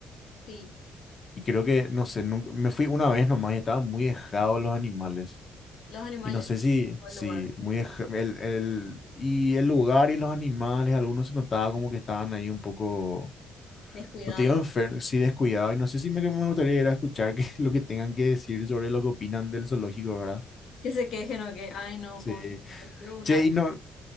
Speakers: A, on the left; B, on the left.
A: Sí,
B: y creo que, no sé, nunca, me fui una vez nomás y estaban muy dejados los animales.
A: los animales
B: Y no sé si,
A: o
B: si,
A: el lugar
B: muy, deja- el, el, y el lugar y los animales, algunos se notaba como que estaban ahí un poco
A: descuidado,
B: No te digo enfermo, sí descuidado. Y no sé si me, que me gustaría ir a escuchar que- <laughs> lo que tengan que decir sobre lo que opinan del zoológico, ¿verdad?
A: que se quejen o que, ay no,
B: Sí.
A: pobrecito, yo una
B: Che,
A: vez".
B: y no,